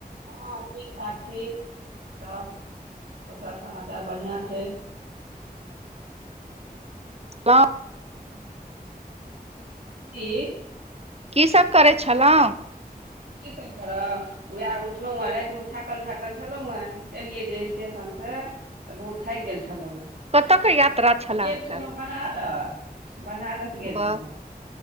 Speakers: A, on the right; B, on the right.
A: हँ ठीक ठाक छी सब कुशल समाचार बढ़िया छैय।
B: हँ।
A: ह की?
B: की सब करै
A: की
B: छलौं।
A: सब की सब करब। उहे उठलौं हेँ रातिमे थाकल-थाकल छलौं हेँ एलियै जे स्टेशन से त बहुत थाकि गेल छलहुँ
B: कतय के यात्रा छलए
A: गेल
B: अहाँके
A: छलहुँ बनारस। बनारस गेल
B: वाह
A: छलहुँ